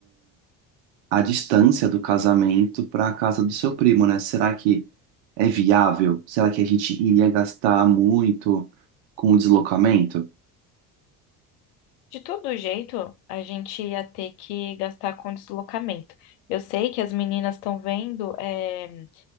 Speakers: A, on the right; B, on the left.
A: a distância do casamento para a casa do seu primo, né? Será que é viável? Será que a gente iria gastar muito com o deslocamento?
B: De todo jeito, a gente ia ter que gastar com deslocamento. Eu sei que as meninas estão vendo, é,